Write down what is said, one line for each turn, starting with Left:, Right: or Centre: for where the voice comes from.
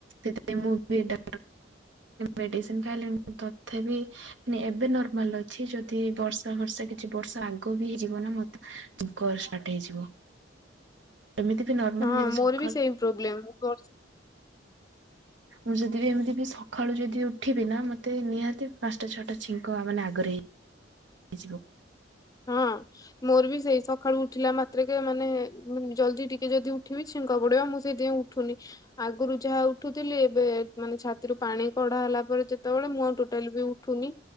Right: ସେଥିାଇଁ ମୁଁ ବିଡ ମେଡିସିନ ଖାଇଲିଣି ତଥାପି ମ ଏବେ ନର୍ମାଲ ଅଛି ଯଦି ବର୍ଷା ବର୍ଷା କିଛି ବର୍ଷ ଆଗ ବି ହେଇଯିବ ନା ମତେ କର ଷ୍ଟାର୍ଟ ହେଇଯିବ। ଏମିତି ବି ନର୍ମାଲ
Left: ହଁ
Right: ଯଦି ସକାଳୁ
Left: ମୋର ବି ସେଇ ପ୍ରୋବ୍ଲେମ ବର୍ଷେ
Right: ମୁଁ ଯଦି ବିି ଏମିତି ବି ସକାଳୁ ଯଦି ଉଠିବି ନା ମତେ ନିହାତି ପାଞ୍ଚଟା ଛଅଟା ଛିଙ୍କ ମାନେ ଆଗରେ ହେଇି ହେଇଯିବ।
Left: ହଁ ମୋର ବି ସେଇ ସକାଳୁ ଉଠିଲା ମାତ୍ରକେ ମାନେ ଜଲ୍ଦି ଟିକେ ଯଦି ଉଠିବି ଛିଙ୍କ ପଡିବଁ। ସେଏଡି ପାଁଇ ଉଠୁନି। ଆଗରୁ ଯାହା ଉଠୁଥିଲି ଏବେ ମାନେ ଛାତିରୁ ପାଣି କଡା ହେଲା ପରେ ଯେତେବେଳେ ମୁଁ ଆ ଟୋଟାଲ ବି ଉଠୁନି